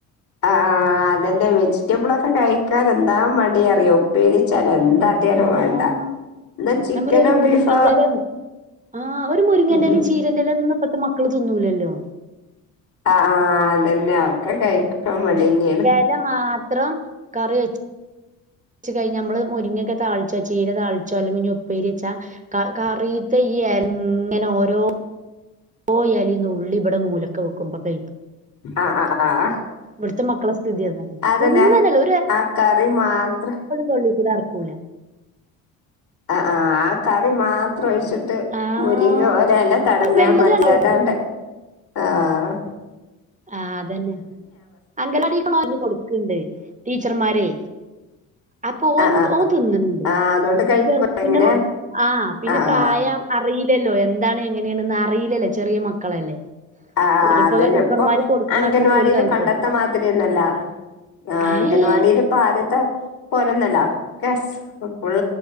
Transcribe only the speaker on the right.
യാഹ്.
ഞാൻ പറയും ഒരു മുരിങ്ങേന്റെ
എല ആഹ് ഒര് മുരിങ്ങന്റലിം
ചീര ന്റലിം ഒന്നും ഇപ്പത്തെ മക്കള് തിന്നൂലല്ലോ
ല മാത്രം കറി വെച്ച് വച്ച് കഴഞ്ഞാ നമ്മള് മുരിങ്ങക്കെ താളിച്ചോ ചീര താളിച്ചോ അല്ലെങ്കി ഇഞ്ഞ് ഉപ്പേരി എച്ചാ ക കറീത്തെ ഈ എങ്ങനൊരോ ഓരോ എലിം നുള്ളിവടെ മൂലെക്കെ വെക്കും <unintelligible>
പ്ലേറ്റിലിണ്ട്
ഇവിടുത്തെ മക്കളെ സ്ഥിതി അതാണ്
തിന്നന്നല്ല
തൊള്ളീകൂടെ എറക്കൂല
ആഹ്
വെല്ല്യോല്
രണ്ടാളും
ആഹ് അതന്നെ അങ്കലവാടിന്ന് ഓല് കൊടുക്ക്ണ്ട് ടീച്ചർമാരെ അപ്പൊ ഓൽ
ഓൻ തിന്ന്ന്ണ്ട്
പിന്നെ ചെറുതിനപ്പൊ
ആഹ് പിന്നെ പിന്നെ
പ്രായം
അറീല്ലല്ലോ എന്താണ് എങ്ങനെണെന്ന് അറീല്ലല്ലേ ചെറിയ മക്കളല്ലേ
ഓലിപ്പോ
ഹെൽപ്പർമാര്
കൊടുക്കണൊക്കെ
ഓല് കഴിക്കും
ഏഹ്